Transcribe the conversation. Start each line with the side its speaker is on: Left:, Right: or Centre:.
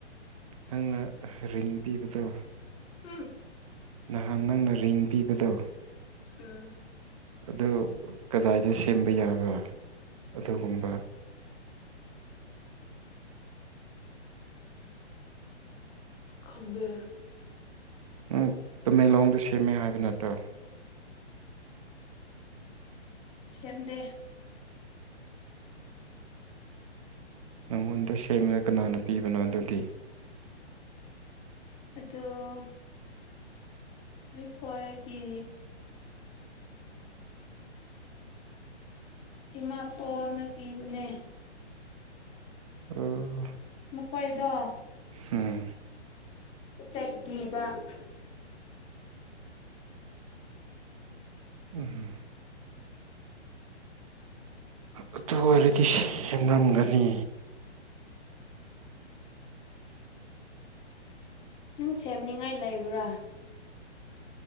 Right: ꯅꯪꯅ ꯔꯤꯡ ꯄꯤꯕꯗꯣ
Left: ꯎꯝ
Right: ꯅꯍꯥꯟ ꯅꯪꯅ ꯔꯤꯡ ꯄꯤꯕꯗꯣ
Left: ꯎꯝ
Right: ꯑꯗꯨ ꯀꯗꯥꯏꯗ ꯁꯦꯝꯕ ꯌꯥꯕ꯭ꯔꯥ ꯑꯗꯨꯒꯨꯝꯕ
Left: ꯈꯪꯗꯦ꯫
Right: ꯅꯪ ꯇꯃꯦꯡꯂꯣꯡꯗ ꯁꯦꯝꯃꯦ ꯍꯥꯏꯕ ꯅꯠꯇ꯭ꯔꯣ?
Left: ꯁꯦꯝꯗꯦ꯫
Right: ꯅꯪꯉꯣꯟꯗ ꯁꯦꯝꯂ ꯀꯅꯥꯅ ꯄꯤꯕꯅꯣ ꯑꯗꯨꯗꯤ?
Left: ꯑꯗꯣ ꯑꯩꯈꯣꯏꯒꯤ ꯏꯃꯥꯇꯣꯟꯅ ꯄꯤꯕꯅꯦ꯫
Right: ꯑꯥ꯫
Left: ꯃꯈꯣꯏꯗꯣ
Right: ꯎꯝ꯫
Left: ꯆꯠꯈꯤꯕ <unintelligible>
Right: ꯎꯝ꯫ ꯑꯗꯨ ꯑꯣꯏꯔꯗꯤ ꯁꯦꯝꯂꯝꯒꯅꯤ꯫
Left: ꯅꯪ ꯁꯦꯝꯅꯤꯡꯉꯥꯏ ꯂꯩꯕ꯭ꯔꯥ?